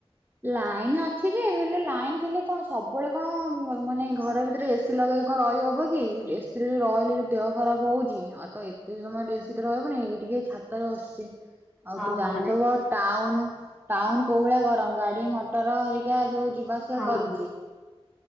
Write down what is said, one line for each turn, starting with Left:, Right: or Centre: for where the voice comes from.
Right: ଲାଇନ ଅଛି ଯେ ହେଲେ ଲାଇନ ଥିଲେ କଣ ସବୁବେଳେ କଣ ମାନେ ଘର ଭିତରେ ଏସି ଲଗେଇ କଣ ରହିହବ କି ଏସିରେ ରହିଲେ ଦେହ ଖରାପ ହଉଛି ଆଉ ତ ଏତେ ସମୟରେ ଏସିରେ ତ ରହିବନି। ଟିକେ ଛାତ ରେ ବସିଛି ଆଉ
Centre: ହଁ
Right: ତୁ
Centre: ହଁ
Right: ଜାଣିଥିବ ଟାଉନ ଟାଉନ କୋଉଁ ଭଳିଆ ଗାଡି ମଟର ହେରିକା ଯୋଉଁ ଯିବା ଆସିବା
Centre: ହଁ
Right: କରୁଛି।